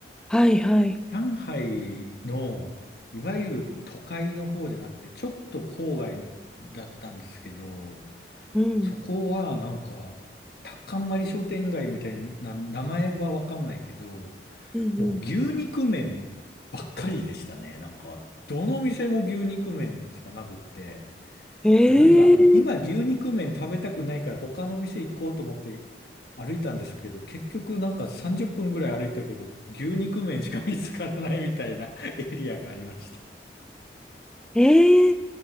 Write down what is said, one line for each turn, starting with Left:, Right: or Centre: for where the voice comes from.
Centre: はいはい、
Left: 上海の、いわゆる都会の方じゃなくて、ちょっと郊外だったんですけど、
Centre: うん、
Left: そこはなんか、タッカンマリ商店街みたいな、名前はわかんないけど、
Centre: うん、
Left: もう牛肉麺ばっかりでしたね。
Centre: うん。
Left: なんか、どの店も牛肉麺しかなくって。
Centre: えー、
Left: いや、なんか、今牛肉麺食べたくないから他の店行こうと思って歩いたんですけど、結局なんか30分ぐらい歩いたけど、牛肉麺しか見つからないみたいな <laughs> エリアがありました。
Centre: えー、